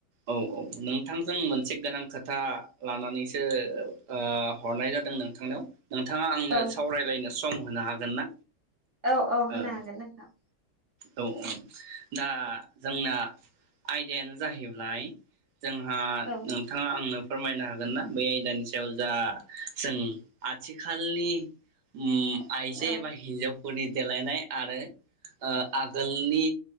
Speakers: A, on the right; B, on the right.
A: औ औ नोंथांजों मोन थिग गोनां खोथा लानानैसो ओ हरनाय जादों नोंथांनाव। नोंथाङा आंनो
B: औ
A: सावरायलायनो सम होनो हागोन ना?
B: औ औ होनो
A: ओ
B: हागोन नोंथां।
A: औ ओम दा जोंना आयदायानो जाहैब्लाय जोंहा
B: औ
A: नोंथाङा आंनो फोरमायनो हागोन ना बै आयदानि सायाव जा जों आथिखालनि उम आइजे
B: औ
A: एबा हिन्जाव फोरनि देलायनाय आरो ओ आगोलनि